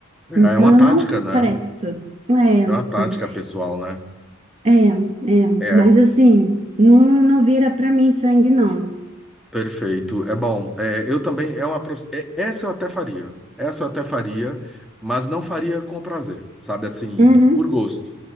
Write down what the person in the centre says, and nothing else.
É
é uma
tática,
né?
É uma tática
pessoal, né?
É,
perfeito. É bom. É, eu também, é uma, prof- é, essa eu até faria. Essa eu até faria, mas não faria com prazer, sabe? Assim,
por gosto.